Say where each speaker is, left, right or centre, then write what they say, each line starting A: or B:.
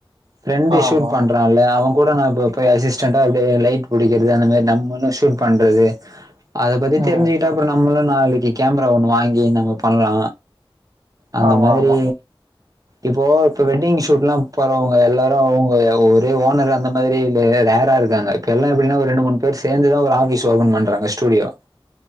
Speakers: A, on the right; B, on the right.
A: ஃப்ரெண்டு
B: ஆமா.
A: சூட் பண் றால்ல அவ கூட நா இப்ப போய் அசிஸ்டன்டா வந்து லைக்புடிக்கிறது அந்த மாரி நம்மளு ஷு ட் பண்றது அத பத்தி
B: ம்.
A: தெருஞ்சுகிட்டா அப்புறோ நம்மளு நாளைக்கி கேமரா ஒன்னு வாங்கி நம்ம பண்லா அந்த
B: ஆமாமா.
A: மாதிரி
B: <inaudible>
A: இப்போ இப்ப வெட்டிங் ஷூட்லா போறவங்க எல்லாரு அவங்க ஒ ஒரே ஓனரு அந்த மாதிரி இல்லயே ரேரா இருக்காங்க கெல்லா எப்பினா ஒரு ரெண்டு மூனு பேரு சேந் துதா ஒரு ஆஃபிஸ் ஓபன் பண்றாங்க ஸ்டூடியோ